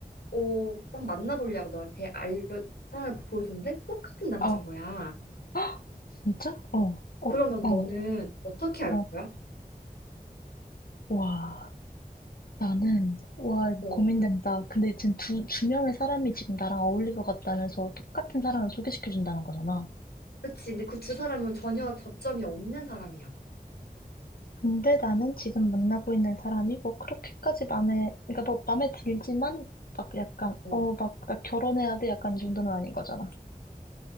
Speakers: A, on the left; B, on the left.
A: 어, 한번 만나보려고 너한테 알려 사람을 보여줬는데 똑같은 남자인
B: 어.
A: 거야.
B: <gasps> 헉, 진짜? 어, 어,
A: 그러면
B: 어,
A: 너는 어떻게 할
B: 어.
A: 거야?
B: 우와. 나는, 와, 이거
A: 어,
B: 고민된다. 근데 지금 두, 두 명의 사람이 지금 나랑 어울릴 것 같다면서 똑같은 사람을 소개시켜준다는 거잖아.
A: 그치. 근데 그 두 사람은 전혀 접점이 없는 사람이야.
B: 근데 나는 지금 만나고 있는 사람이 뭐 그렇게까지 마음에, 그러니까 뭐 마음에 들지만, 막 약간,
A: 어.
B: 어, 막, 나 결혼해야 돼. 약간 이 정도는 아닌 거잖아.